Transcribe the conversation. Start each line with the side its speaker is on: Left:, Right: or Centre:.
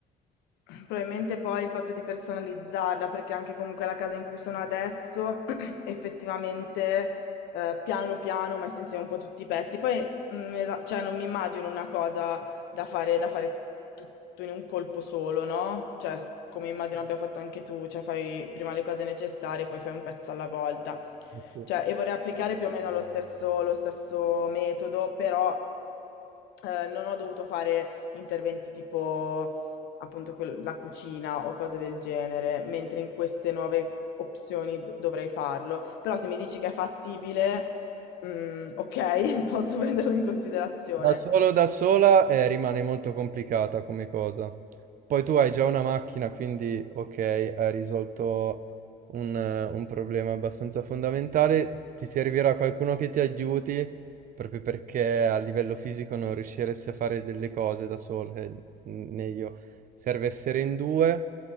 Left: Probabilmente poi il fatto di personalizzarla, perché anche comunque la casa in cui sono adesso, <clears throat> effettivamente, eh, piano piano ho messo insieme un po' tutti i pezzi. Poi, mm, esa- cioè, non mi immagino una cosa da fare, da fare tutto in un colpo solo, no? Cioè, s- come immagino abbia fatto anche tu, cioè fai prima le cose necessarie, poi fai un pezzo alla volta.
Right: Ok.
Left: Cioè, e vorrei applicare più o meno lo stesso, lo stesso metodo, però eh, non ho dovuto fare interventi tipo appunto quel- la cucina o cose del genere, mentre in queste nuove opzioni do- dovrei farlo. Però se mi dici che è fattibile, mm, ok, <laughs> posso prenderlo in considerazione.
Right: Da solo, da sola eh, rimane molto complicata come cosa. Poi tu hai già una macchina, quindi ok, hai risolto un, eh, un problema abbastanza fondamentale. Ti servirà qualcuno che ti aiuti, proprio perché a livello fisico non riusciresti a fare delle cose da solo, eh, né io. Serve essere in due.